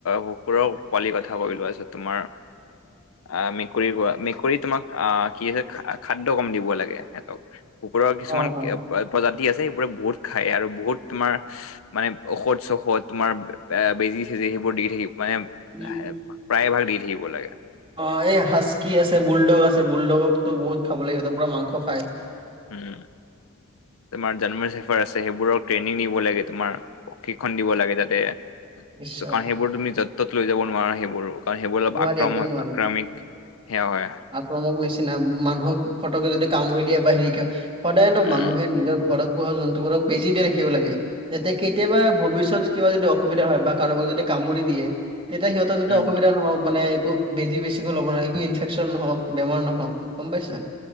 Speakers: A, on the left; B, on the right.
A: কুকুৰৰ পোৱালিৰ কথা কৈ লোৱাছে তোমাৰ। আহ মেকুৰীৰোৱা মেকুৰীত তোমাক আহ কি আ হৈছে খাদ্য কম দিব লাগে সিহঁতক। কুকুৰৰ কিছুমান
B: অ হয়
A: প্ৰজাতি আছে সেবোৰে বহুত খায় আৰু বহুত তোমাৰ মানে ঔষধ চৌষধ্ তোমাৰ বেজি চেজি সেইবোৰ দি থাকিব মানে
B: উম
A: প্ৰায় ভাগ দি থাকিব লাগে।
B: অ', এই সাজ্কি আছে বুলদগ আছে। বুলদগক তো বহুত খাব লাগে সিহঁতৰ পুৰা মাংস খায়।
A: উম তোমাৰ জন্ম চেফাৰ আছে সেইবোৰক ট্ৰেইনিং দিব লাগে তোমাৰ। পক্ষিনখন দিব লাগে যাতে
B: নিশ্চয়
A: কাৰণ সেইবোৰ তুমি য'ত ত'ত লৈ যাব নোৱাৰা সেইবোৰো কাৰণ সেইবোৰ অলপ
B: নোৱাৰি
A: আক্ৰমক
B: একদম নোৱাৰি
A: আক্ৰামিক। সেইয়া হয়।
B: আক্ৰমক নিচিনা মানুহক ফটকে যদি কামৰি দিয়ে বাহিৰি কিয় সদায় ন
A: উম
B: মানুহে নিজৰ ঘৰত পোহা জন্তুবোৰক বেজি দি ৰাখিব লাগে। যাতে কেতিয়াবা ভৱিষ্যত কিবা যদি অসুবিধা হয় বা কাৰোবাক যদি কামুৰি দিয়ে তেতিয়া সিহঁত যতে
A: উম
B: অসুবিধা নহওক মানে একো বেজি বেছিকৈ ল'ব নোৱ একো ইনফেকশচন নহওক বেমাৰ নহওক গম পাইছা।